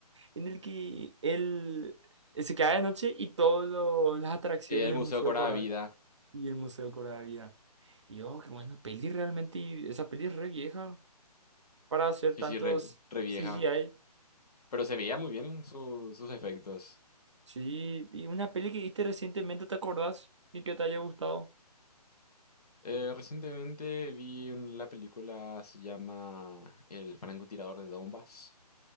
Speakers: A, on the right; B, on the left.
A: en el que él eh, se quedaba de noche y todas las atracciones
B: Eh, el
A: del
B: museo
A: museo
B: cobraba
A: cobraba
B: vida.
A: y el museo cobraba vida. Y yo, qué buena peli realmente, y esa peli es re vieja para hacer
B: Sí,
A: tantos
B: sí, re, re vieja.
A: CGI.
B: Pero se veía muy bien su- sus efectos.
A: Sí, y una peli que viste recientemente, ¿te acordás? Y que te haya gustado.
B: Eh, recientemente vi un- la película, se llama El francotirador de Donbass.